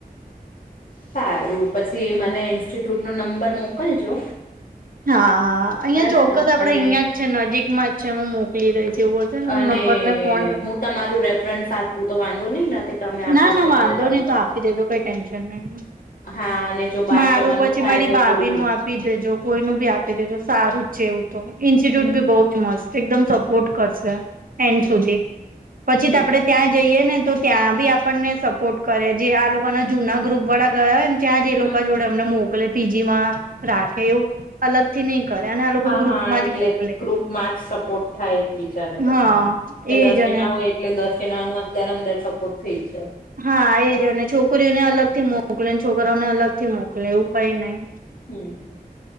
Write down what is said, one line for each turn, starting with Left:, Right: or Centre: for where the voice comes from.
Left: સારું પછી મને ઇન્સ્ટિટ્યૂટ નો નંબર મોકલજો.
Right: હા હા અહિયાયા
Left: બરાબર
Right: ચોક્કસ
Left: ને
Right: આપડે
Left: અને
Right: અહિયાં જ છે નજીકમાં જ છે એ મોકલી દે છે એવું. હશે ને
Left: અને
Right: નંબર ને ફોન
Left: હું તમારું રેફરન્સ સાપું તો વાંધો નહી ના. કે તમે આપ્યું
Right: ના ના
Left: છે મને
Right: વાંધો
Left: નંબર
Right: નહી તો આપી દીદો તો કઈ ટેન્શન નહી
Left: હા અને જો બહાર
Right: મારું
Left: જવાનું
Right: પછી
Left: થાય
Right: મારી
Left: તો
Right: ભાભી
Left: થોડું
Right: નું આપ. આપી દેજો કોઈ નુ ભી આપી દેજો સારું જ છે એવું તો ઇન્સ્ટિટ્યુટ
Left: હમ
Right: બી બહુ. મસ્ત એકમ સપોર્ટ કરશે એન્ડ
Left: હમ
Right: સુધી પછી
Left: હમ
Right: આપડે ત્યાં જઈએ ને તો. ત્યાં બી આપણને સપોર્ટ કરે જે આ લોકોના જૂના ગ્રુપ વાળા ગયા હોયને ત્યાં જે
Left: હમ
Right: લોકો
Left: હમ
Right: જોડે અમને મોકલે પીજી માં રાખે એવું અલગ. થી નહી કરે અને આ લોકો
Left: હા
Right: ગ્રુપમાં
Left: હા એટલે
Right: જ મોકલે
Left: ગ્રુપમાં જ સપોર્ટ થાય એક બીજાને
Right: હા
Left: બધાને. કે
Right: એજ
Left: દસ જણા
Right: અને
Left: હોય એટલે દસ જણા નુ અંદર અંદર સપોર્ટ થઈ છે.
Right: હા એ જ અને છોકરીઓને અલગ થી મોકલેને છોકરાઓને અલગ થી મોકલે એવું કઈ નહી.
Left: હમ્મ હમ્મ